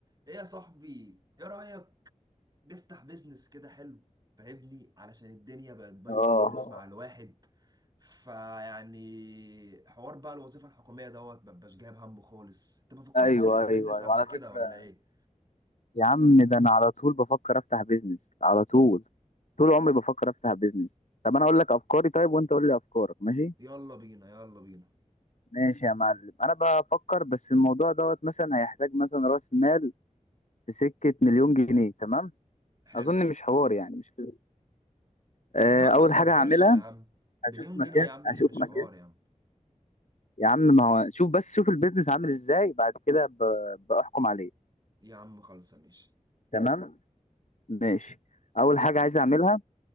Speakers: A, on the right; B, on the left.
A: ايه يا صاحبي ايه رأيك نفتح بيزنس كده حلو فاهمني علشان الدنيا بقت بايظة
B: اه
A: خالص مع الواحد فيعني حوار بقى الوظيفة الحكومية دوت مبقاش جايب همه خالص انت ما فكرتش
B: ايوه
A: تفتح بيزنس
B: ايوه ايوه
A: قبل
B: على فكره
A: كده ولا ايه
B: يا عم ده انا على طول بفكر افتح بيزنس على طول طول عمري بفكر افتح بيزنس طب انا اقول لك افكاري طيب وانت قول لي افكارك ماشي
A: يلا بينا يلا بينا
B: ماشي يا معلم انا بفكر بس في الموضوع دوت مثلا هيحتاج مثلا راس مال في سكه مليون جنيه تمام
A: حلو
B: اظن مش حوار يعني مش كده آه،
A: يا عم
B: اول
A: ما تهزرش
B: حاجه هعملها
A: يا عم مليون
B: اشوف مكان
A: جنيه يا عم
B: اشوف
A: اللي مش
B: مكان
A: حوار يا عم
B: يا عم ما هو شوف بس شوف البيزنس عامل ازاي بعد كده ب- بحكم عليه
A: يا عم خلصة ماشي
B: تمام ماشي اول حاجه عايز اعملها